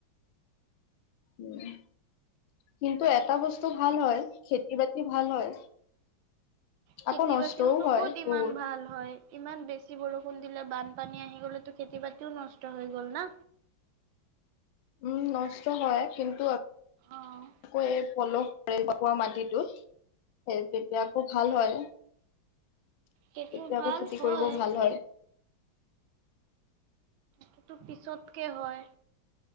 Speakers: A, on the left; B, on the right.
A: উমঁ। কিন্তু এটা বস্তু ভাল হয়, খেতি বাতি ভাল হয়।
B: খেতি
A: আকৌ নষ্টও
B: বাতিওটো
A: হয়
B: ক'ত ইমান
A: বহুত
B: ভাল হয়। ইমান বেছি বৰষুণ দিলে, বানপানী আহি গ'লেতো খেতি বাতিও নষ্ট হৈ গ'ল না।
A: উমঁ' নষ্ট হয় কিন্তু
B: অ',
A: আকৌ এই পলস <unintelligible> মাটিটো সেই তেতিয়া আকৌ ভাল হয়।
B: সেইটো
A: তেতিয়া আকৌ
B: ভাল
A: খেতি
B: হয়।
A: কৰিবও ভাল হয়।
B: সেইটো পিছতকে হয়,